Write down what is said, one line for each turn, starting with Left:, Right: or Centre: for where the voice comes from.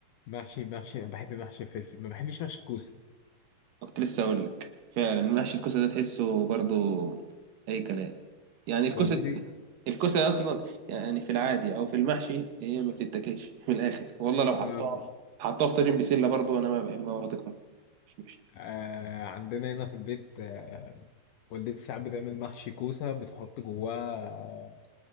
Left: محشي محشي انا بحب محشي الفلفل ما بحبش محشي الكوسه
Right: كنت لسه اقول لك فعلا محشي الكوسه ده تحسه برضه اي كلام يعني الكوسه
Left: والدتي
Right: الكوسه اصلا يعني في العادي او في المحشي هي ما بتتاكلش من الاخر والله لو حطها
Left: ما
Right: حطها في طاجن بسله برضه انا ما بحبها ولا تكره مش مش
Left: آه عندنا هنا في البيت آه والدتي ساعات بتعمل محشي كوسه بتحط جواه